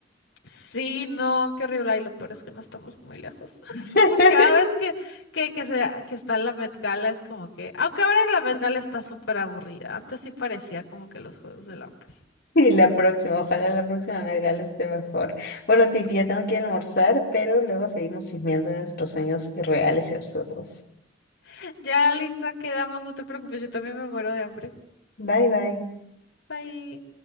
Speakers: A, on the left; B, on the left.
A: Sí, no, qué horrible. Y lo peor es que no estamos muy lejos. <laughs>
B: <laughs>
A: Pues cada vez que, que, que, se, que está en la Met Gala es como que. Aunque ahora la Met Gala está súper aburrida. Antes sí parecía como que los Juegos del Hambre.
B: Y la próxima, ojalá la próxima Met Gala esté mejor. Bueno, Tiff, ya tengo que ir a almorzar, pero luego seguimos chismeando de nuestros sueños irreales y absurdos.
A: <laughs> Ya listo, quedamos. No te preocupes, yo también me muero de hambre.
B: Bye, bye.
A: Bye.